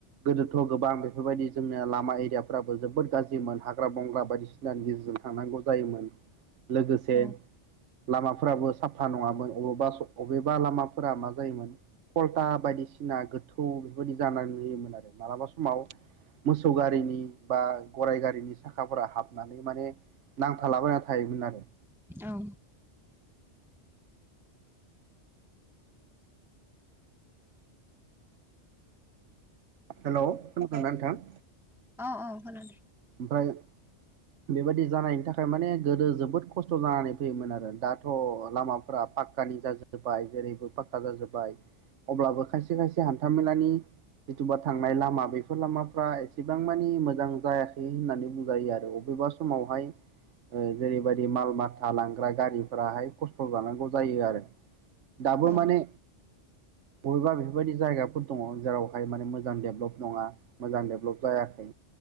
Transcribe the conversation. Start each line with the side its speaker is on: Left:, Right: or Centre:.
Right: गोदोथ' गोबां बेफोरबायदि जोंनिया लामा एरियाफ्राबो जोबोद गाज्रिमोन हाग्रा बंग्रा बायदिसिनानि गेजेरजों थांनांगौ जायोमोन। लोगोसे
Centre: औ
Right: लामाफोराबो साफा नङामोन अबेबा लामाफोरा मा जायोमोन फलथा बायदिसिना गोथौ बेफोरबायदि जानानै होयोमोन आरो मालाबा समाव मोसौ गारिनि बा गराइ गारिनि साखाफोरा हाबनानै माने नांथालाबायना थायोमोन आरो।
Centre: औ।
Right: हेल' खादोंना नोंथां?
Centre: अ' अ खोनादों।
Right: ओमफ्राय बेबायदि जानायनि थाखाय माने गोदो जोबोद खस्थ' जानानै फैयोमोन आरो दाथ' लामाफोरा पाख्कानि जाजोब जोब्बाय जेरैबो पाक्का जाजोब्बाय अब्लाबो खायसे खायसे हान्थामेलानि जिथुबा थांनाय लामा बेफोर लामाफ्रा एसेबां मानि मोजां जायाखै होननानै बुंजायो आरो अब बबेबा समावहाय जेरैबायादि माल माथा लांग्रा गारिफ्राहाय खस्थ' जानांगौ जायो आरो। दाबो
Centre: औ
Right: माने बबेबा बेफोरबायदि जायगाफोर दङ' जेरावहाय माने मोजां डेभलप नङा मोजां डेभेलप जायाखै